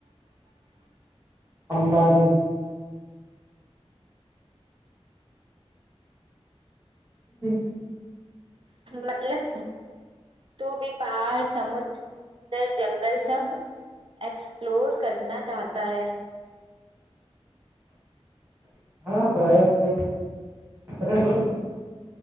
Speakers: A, on the right; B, on the right.
A: امبانی جی <inaudible>
B: مطلب تو بھی پہاڑ سمندر اندر جنگل سب ایکسپلور کرنا چاہتا ہے
A: <unintelligible>